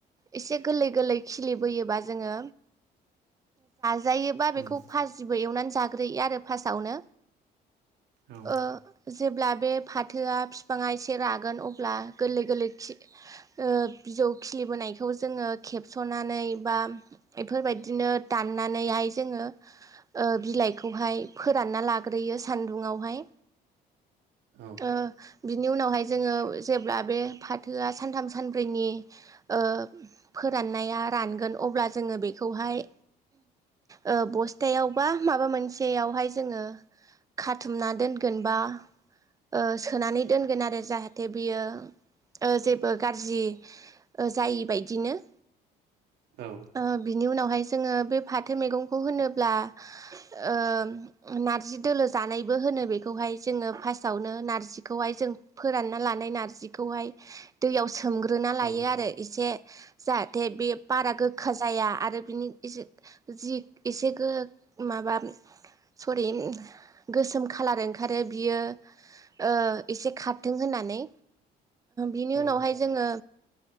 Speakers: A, on the right; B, on the right.
A: एसे गोरलै गोरलै खिलिबोयोबा जा जायोबा
B: उम
A: बेखौ फाजिबो एवनानै जायो। जाग्रो आरो फार्स्टआवनो
B: औ
A: ओ जेब्ला बे फाथोआ बिफाङा एसे रागोन अब्ला गोरलै गोरलै खि ओ बिजौ खिलिबोनायखौ जोङो खेबस'नानै बा बेफोरबायदिनो दाननानै नैहाय जोङो ओ बिलाइखौहाय फोरानना लाग्रोयो सान्दुङावहाय।
B: औ
A: अ बिनि उनावहाय जोङो जेब्ला बे फाथोआ सानथाम सानब्रैनि ओ फोराननाया रानगोन अब्ला जोङो बेखौहाय ओ बस्थायाव बा माबा मोनसेयावहाय जोङो खाथुमना दोनगोन बा ओ सोनानै दोनगोन आरो जाहाथे बियो ओ जेबो गाज्रि ओ जायि बादिनो
B: औ
A: ओ बिनि उनावहाय जोङो फाथो मैगंखौ होनोब्ला ओ नारजि दोलो जानायबो होनो बेखौहाय जोङो फार्टआवनो नारजि खौ जोङो फोरानना लानाय नारजिखौहाय जोङो सोमग्रोना
B: औ
A: लायो आरो एसे जाहाथे बे बारा गोखा जाया आरो बिनि जि एसे माबा सरि गोसोम खालार ओं आरो बियो ओ एसे खारथों होननानै बिनि
B: औ
A: उनावहाय जोङो